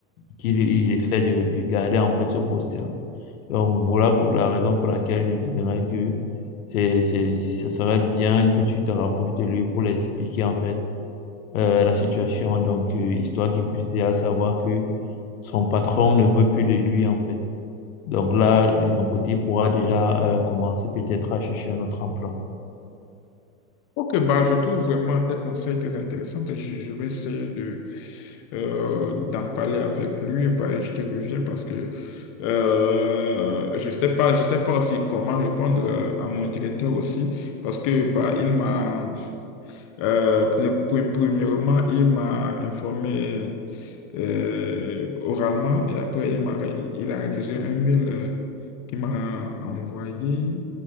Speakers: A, on the left; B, on the left.
A: qu'il il essaie de, de garder en fait ce poste-là. Donc, voilà pour la raison pour laquelle je dirais que c'est, c'est, ce serait bien que tu te rapproches de lui pour lui expliquer en fait euh, la situation, donc euh, histoire qu'il puisse déjà savoir que son patron ne veut plus de lui en fait. Donc là, de son côté, il pourra déjà euh, commencer peut-être à chercher un autre emploi.
B: Ok, bah, je trouve vraiment tes conseils très intéressants. Je, je vais essayer de, euh, d'en parler avec lui. Bah, et je te reviens parce que euh, je sais pas, je sais pas aussi comment répondre euh, à mon directeur aussi. Parce que bah, il m'a, euh, pre- pre- premièrement, il m'a informé euh, oralement et après il m'a, il a rédigé un mail euh, qu'il m'a envoyé